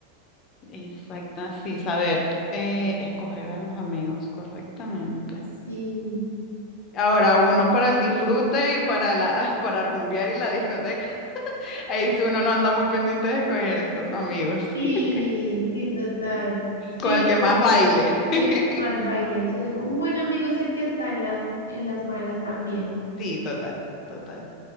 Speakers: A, on the left; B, on the left.
A: Exacto, sí, saber eh, escoger a los amigos correctamente.
B: Sí,
A: Ahora, uno para el disfrute y para la, <laughs> para rumbear y la discoteca. <laughs> Ahí sí uno no anda muy pendiente de escoger esos amigos,
B: sí,
A: <laughs>
B: sí, total. Sí,
A: con el
B: yo
A: que más baile.
B: con
A: <laughs>
B: el que más baile, yo digo, un buen amigo es el que está en las, en las malas también.
A: Sí, total, total.